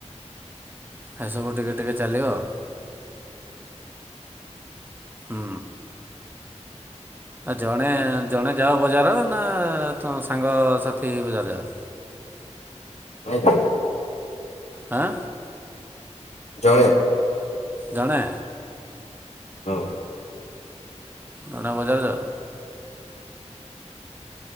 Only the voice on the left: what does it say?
ନାଇ ତ।
ଜଣେ।
ହଁ।